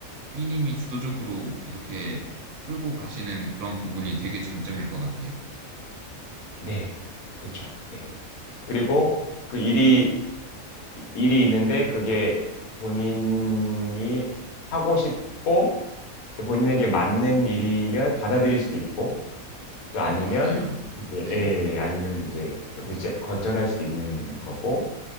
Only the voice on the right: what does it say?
B님이 주도적으로 이렇게 끌고 가시는 그런 부분이 되게 장점일 것 같아요.
어,
맞아요.
네,